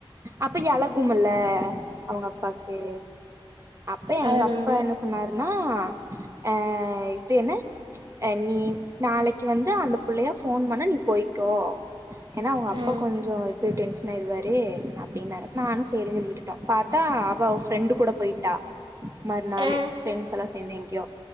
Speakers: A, on the right (about 35°); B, on the right (about 60°).
A: அப்ப எளகுமுல்ல அவுங்கப்பாக்கு அப்ப எங்க
B: அதனால
A: அப்பா என்ன சொன்னாருன்னா அ இது என்ன நீ நாளைக்கு வந்து அந்த பிள்ளைய போன் பண்ண நீ போய்க்கோ ஏன்னா அவங்க
B: ஆ
A: அப்பா கொஞ்சோ டென்ஷன் ஆய்டுவாரு அப்டின்னாரு நானு சேரி சொல்லி விட்டுட்ட பாத்தா அவ ஃப்ரெண்டு் கூட போயிட்டா மறுநாளு
B: ஆ
A: ஃப்ரெண்ட்ஸ் எல்லா சேர்ந்து எங்கயோ